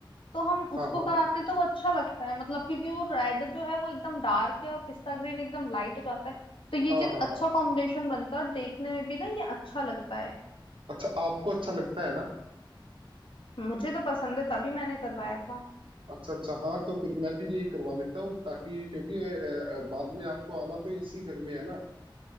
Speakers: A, on the left; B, on the right.
A: तो हम
B: हाँ
A: उसको
B: हाँ
A: कराते तो वो अच्छा लगता है मतलब क्योंकि वो रेड जो है वो एकदम डार्क है और पिस्ता ग्रीन एकदम लाइट हो जाता है तो ये
B: हाँ
A: चीज
B: हाँ
A: अच्छा
B: हाँ
A: कॉम्बिनेशन बनता है और देखने में भी ना ये अच्छा लगता है
B: अच्छा आपको अच्छा लगता है ना
A: मुझे तो पसंद है तभी मैंने करवाया था
B: अच्छा अच्छा हाँ तो फिर मैं भी यही करवा लेता हूँ ताकि क्योंकि अ, अ, बाद में आपको आना तो इसी घर में है ना अ,